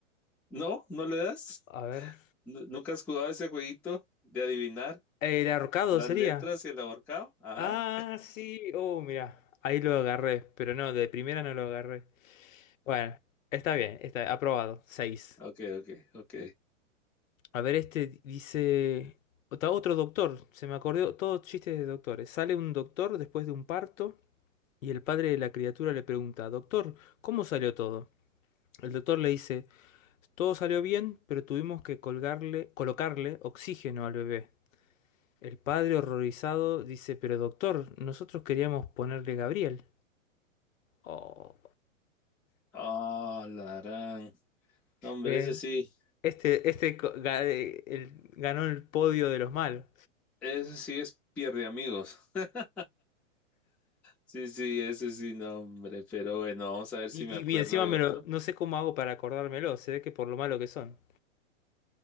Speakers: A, in the centre; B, on the left.
A: ¿No? ¿No le das?
B: A ver.
A: ¿Nu- ¿Nunca has jugado ese jueguito de adivinar
B: El ahorcado
A: las
B: sería.
A: letras y el ahorcado? Ajá.
B: Ah, sí. Oh, mira. Ahí lo agarré, pero no, de primera no lo agarré. Bueno, está bien, está aprobado. Seis.
A: Ok, ok, ok.
B: A ver, este dice. Está otro doctor. Se me acordó todos chistes de doctores. Sale un doctor después de un parto y el padre de la criatura le pregunta, Doctor, ¿cómo salió todo? El doctor le dice, Todo salió bien, pero tuvimos que colgarle, colocarle oxígeno al bebé. El padre horrorizado dice, Pero doctor, nosotros queríamos ponerle Gabriel. Oh.
A: Ah, la gran. No, hombre,
B: Le-
A: ese sí,
B: Este, este co- ga- eh, el- ganó el podio de los malos.
A: ese sí es pierde amigos. <laughs> Sí, sí, ese sí, no, hombre, pero bueno, vamos a ver
B: Y,
A: si me acuerdo
B: y bien, encima
A: de
B: me
A: otro.
B: lo, no sé cómo hago para acordármelo, se ve que por lo malo que son.